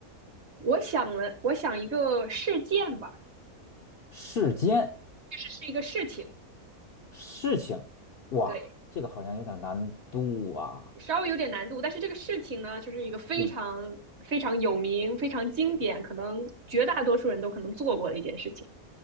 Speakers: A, on the right; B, on the left.
A: 我想了，我想一个事件吧，
B: 世间
A: 这是一个事情，
B: 事情，哇，
A: 对，
B: 这个好像有点难度啊。
A: 稍微有点难度，但是这个事情呢，就是一个非常非常有名、
B: 行
A: 非常经典，可能绝大多数人都可能做过的一件事情，